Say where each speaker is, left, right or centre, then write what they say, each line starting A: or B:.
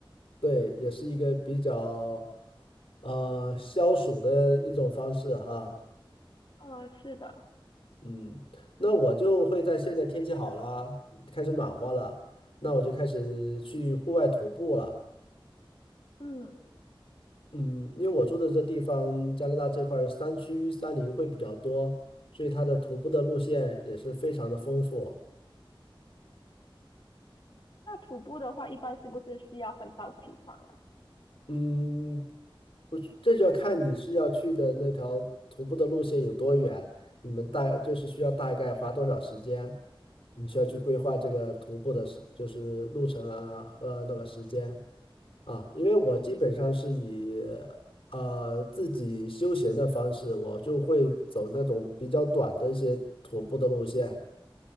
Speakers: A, on the left; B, on the left.
A: 对，也是一个比较呃消暑的一种方式哈。
B: 呃，是的，
A: 嗯，那我就会在现在天气好了，开始暖和了，那我就开始去户外徒步了。
B: 嗯，
A: 嗯，因为我住的这地方，加拿大这块儿山区山林会比较多，所以它的徒步的路线也是非常的丰富。
B: 那徒步的话，一般是不是需要很早起床啊？
A: 嗯，不是，这就要看你是要去的那条徒步的路线有多远，你们大就是需要大概花多少时间，你需要去规划这个徒步的时，就是路程啊和那个时间。啊，因为我基本上是以
B: 嗯
A: 呃自己休闲的方式，我就会走那种比较短的一些徒步的路线，